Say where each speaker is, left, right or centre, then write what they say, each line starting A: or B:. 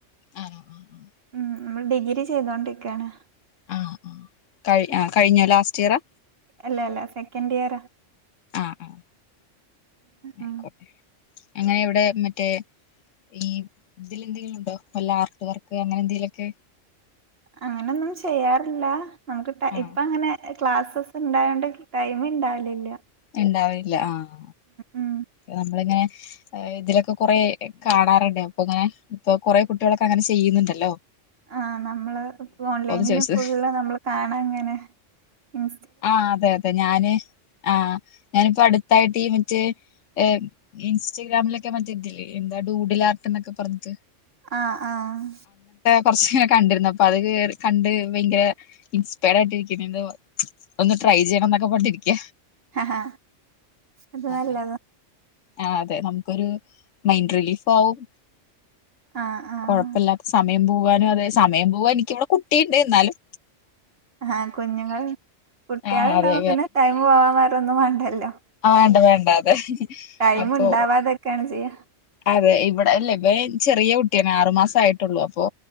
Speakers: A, on the left; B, on the right.
A: ആഹ് ആഹ് ആഹ്
B: ഉം നമ്മെള് ഡിഗ്രി ചെയ്തോണ്ടിക്കയാണ്.
A: ആഹ് ആഹ് ആ കഴിഞ്ഞോ ലാസ്റ്റിയറാ?
B: അല്ല അല്ല സെക്കൻഡിയറാ.
A: ആഹ് ആഹ് ആയിക്കോട്ടെ.
B: ഉം
A: അങ്ങനെ ഇവെടെ മറ്റേ. ഈ ഇതില്ന്തെങ്കിലും ഉണ്ടോ വല്ല ആർട്ട് വർക്ക് അങ്ങനെ എന്തെലൊക്കെ
B: അങ്ങനൊന്നും ചെയ്യാറില്ല നമുക്ക് ടൈ
A: ആഹ്
B: ഇപ്പ അങ്ങനെ ക്ലാസ്സസ് ഉണ്ടായോണ്ട് ടൈമിണ്ടാവലില്ല
A: ഉണ്ടാവില്ല ആഹ്
B: ഉം
A: നമ്മള് ങ്ങന്നെ ഇതിലൊക്ക കൊറെ കാണാറ്ണ്ട് അപ്പൊ ഇങ്ങനെ ഇപ്പൊ കൊറേ കുട്ടികളൊക്ക അങ്ങനെ ചെയ്യ്ന്ന്ണ്ടല്ലോ
B: ആഹ് നമ്മള് ഇപ്പ ഓൺലൈനില്
A: ചോദിച്ചത്
B: എപ്പഴുള്ള നമ്മള് കാണാ ഇങ്ങനെ ഉം
A: ആഹ് അതെ അതെ ഞാന് അ ആഹ് ഞാനിപ്പോ അടുത്തായിട്ട് ഈ മറ്റേ ഏഹ് ഇൻസ്റ്റഗ്രാമിലെക്കെ മറ്റേ ഇത് ല്ലെ എന്താ ടു കൂടിലാർത്തൻ എന്നക്കെ പറഞ്ഞിട്ട്
B: ആഹ് ആഹ്
A: പക്ഷെ കണ്ടിര്ന്നു അപ്പ അത് കെയ് കണ്ട് ഭയങ്കര ഇൻസ്പയറാട്ട് ഇരിക്ക്ന്നെന്തോ ഒന്ന് ട്രൈ ചെയ്യണന്നൊക്ക പറഞ്ട്ട് ഇരിക്ക
B: അഹാ അത്
A: അങ്ങനെ
B: നല്ലതാ
A: ആഹ് അതെ നമ്ക്കൊരു മൈൻഡ് റിലീഫാവും
B: ആഹ് ആഹ്
A: കൊഴപ്പില്ലാത്ത സമയം പോവാനു അതെ സമയം പോവാൻ എനിക്ക് ഇവ്ടെ കുട്ടീണ്ട് ന്നാലും
B: ആഹ് കുഞ്ഞുങ്ങള് കുട്ടികളുണ്ടാമ്പം
A: ആഹ് അതെ
B: പിന്നെ ടൈം പോവാം വേറൊന്നും വാണ്ടല്ലോ
A: ആ വേണ്ട വേണ്ട അതെ
B: ടൈംമ്
A: അപ്പൊ
B: ഉണ്ടാവാതെക്കെണ് ചെയ്യ
A: അതെ ഇവടെ ല്ല ബെന് ചെറിയ കുട്ടിയണ് ആറ് മാസം ആയിട്ടുള്ളു അപ്പൊ